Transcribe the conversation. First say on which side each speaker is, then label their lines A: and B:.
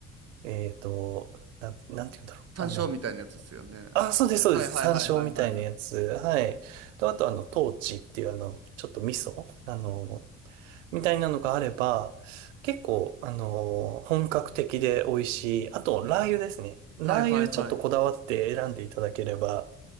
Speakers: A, on the right; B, on the right.
A: えっと、な、なんて言うんだろう。
B: 単勝みたいなやつですよね。
A: あの、あ、そうです、そうです。
B: はいはいはいはいはいはい。
A: 山椒みたいなやつ。はい。と、あとあの、トーチっていうあの、ちょっと味噌。あの、みたいなのがあれば、結構、あのー本格的で美味しい。あと、ラー油ですね。ラー油ちょっとこだわって選んでいただければ、
B: はいはいはいはい